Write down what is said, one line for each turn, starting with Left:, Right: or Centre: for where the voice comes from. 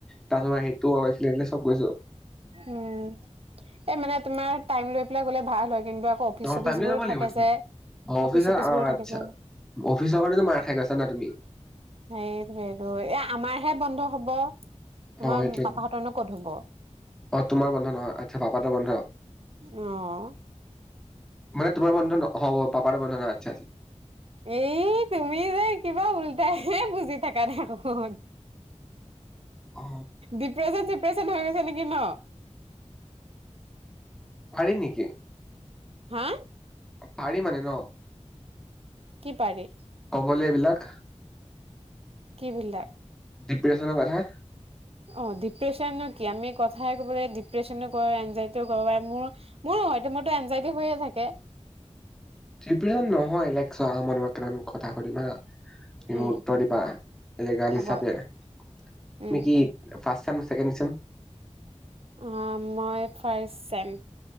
Centre: তাৰছত হেৰি তো আও আহিছিলে চব গৈছো
Right: উম এ মানে তোমাৰ টাইম লৈ পেলাই গলে ভাল হয় কিন্তু আকৌ অফিচ
Centre: অ
Right: চফিচ
Centre: টাইম লৈ
Right: বোৰো
Centre: যাব লাগিব
Right: থাকে
Centre: তুমি
Right: যে
Centre: অ অফিচ
Right: চফিচ
Centre: অ
Right: বোৰো
Centre: আচ্ছা
Right: থাকে যে
Centre: অফিচৰ কাৰণেতো মাৰ খাই গৈছা না তুমি
Right: সেইটোৱে সেইটো এ আমাৰহে বন্ধ হব তোমাৰ
Centre: অ সেইটোৱে
Right: পাপাহঁতৰনো ক'ত হব
Centre: অ তোমাৰ বন্ধ নহয় আচ্ছা পাপাহতৰ বন্ধ
Right: অহ
Centre: মানে তোমাৰ বন্ধ ন হব পাপাহত বন্ধ নহয় আচ্ছা আচ্ছা
Right: এই তুমি যে কিবা উল্টাই হে বুজি থাক দেখোন স
Centre: অ
Right: ডিপ্ৰেছন চিপ্ৰে ছন হৈ গৈছে নেকি ন
Centre: পাৰি নেকি
Right: হা
Centre: পাৰি মানে ন
Right: কি পাৰি
Centre: ক'বলে এইবিলাক
Right: কি ভিলটাৰ
Centre: ডিপ্ৰেছনৰ কথা
Right: অ ডিপ্ৰেশ্যন নো কি আমি কথাই কব লাগে ডিপ্ৰেশচনো কৰ এনজাইটিও কৰওঁ মোৰ মোৰো হয়তো মোৰতো এনজাইটি হৈয়ে থাকে
Centre: ডিপ্ৰেন নহয় লেকচাৰ আমৰ মকান কথাকৰিম হা তুমি মোক
Right: উম
Centre: উত্তৰ দিবা, এলেগাৰ
Right: হ'ব
Centre: হিচাপে তুমি
Right: উম
Centre: কি, ফাৰ্ষ্ট চেম, ছেকেণ্ড চেম।
Right: অহ, মই ফাৰ্ষ্ট চেম।